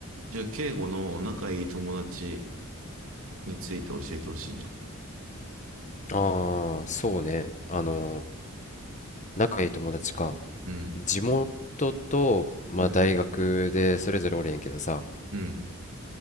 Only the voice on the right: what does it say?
じゃあ、敬語の仲いい友達について教えてほしいな。
う
ん、
うん、
うん、
うん、